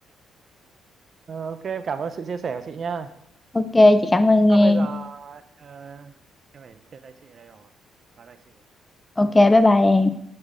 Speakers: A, on the right; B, on the left.
A: Ờ, ok em cảm ơn sự chia sẻ của chị nha
B: Ok, chị cảm ơn
A: à,
B: em.
A: bây giờ à, em phải chia tay chị ở đây rồi bye bye chị
B: Ok, bye bye em.